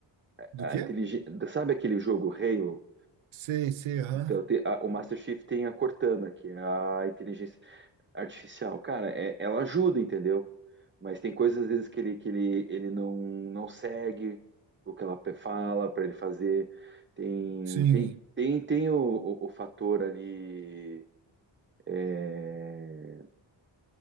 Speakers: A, on the right; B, on the right.
A: Do
B: A
A: quê?
B: inteligência, sabe aquele jogo Halo?
A: Sei, sei, aham.
B: Então, te- a- o Master Chief tem a Cortana, que é a inteligência artificial. Cara, é- ela ajuda, entendeu? Mas tem coisas às vezes que ele, que ele, ele não, não segue o que ela pe- fala para ele fazer. Tem,
A: Sim,
B: tem, tem, tem o, o, o fator ali é,